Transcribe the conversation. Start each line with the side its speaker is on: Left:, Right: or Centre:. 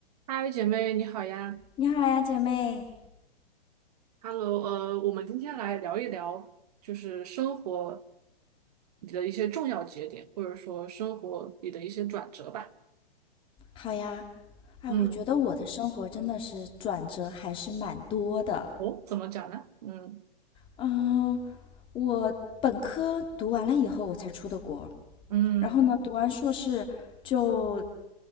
Right: 嗨，姐妹，你好呀
Left: 你好呀，姐妹，
Right: ！Hello，呃，我们今天来聊一聊，就是生活里的一些重要节点，或者说生活里的一些转折吧。
Left: 好呀。哎，
Right: 嗯，
Left: 我觉得我的生活真的是转折还是蛮多的。
Right: 哦，怎么讲呢？嗯
Left: 嗯，我本科读完了以后，我才出的国。
Right: 嗯，
Left: 然后呢，读完硕士就